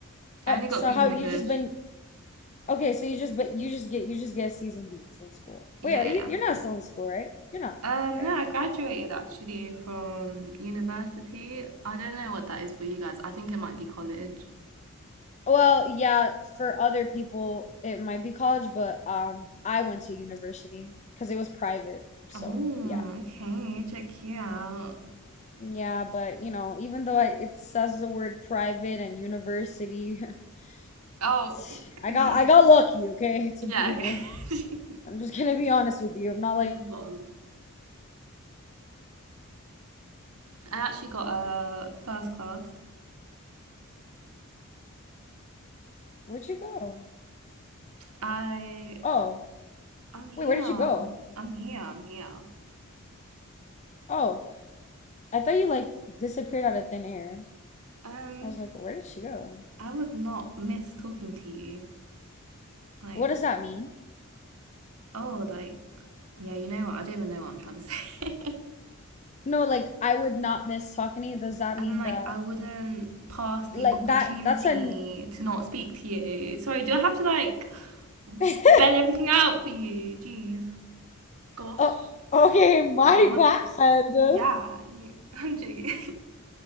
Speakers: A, on the right; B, on the left.
A: I
B: uh,
A: only got
B: so
A: B's
B: how
A: in
B: you
A: English.
B: just been Okay, so you just but you just get you just get C's and B's in school.
A: Yeah,
B: Wait, are
A: yeah,
B: you
A: yeah.
B: you're not still in school, right? You're not,
A: Um,
B: right?
A: no, I graduated actually from university. I don't know what that is for you guys. I think it might be college.
B: Well, yeah, for other people it might be college, but um I went to university because it was private. So,
A: Oh,
B: yeah.
A: okay. Check you out.
B: Yeah, but you know, even though I, it says the word private and university, <laughs>
A: Oh,
B: I
A: <laughs>
B: got
A: yeah.
B: I got lucky, okay, <laughs> to
A: Yeah,
B: be in
A: okay.
B: there. I'm just gonna be honest with you. I'm not like,
A: <laughs> Lol. I actually got a first class
B: where'd you go?
A: I
B: Oh,
A: I'm here.
B: wait, where did you go?
A: I'm here. I'm here.
B: Oh, I thought you like disappeared out of thin air.
A: Um,
B: I was like, where did she go?
A: I would not miss talking to you. Like,
B: What does that mean?
A: oh, like, yeah, you know what? I don't even know what I'm trying to say.
B: No, like I would not miss talking to you. Does
A: <laughs>
B: that
A: As
B: mean
A: in, like,
B: that
A: I wouldn't pass the
B: like
A: opportunity
B: that that's an
A: to not speak to you. Sorry, do I have to like
B: <laughs>
A: spell everything out for you? Jeez, gosh.
B: oh okay, my
A: Right.
B: bad.
A: Yeah, you- <laughs> I'm joking.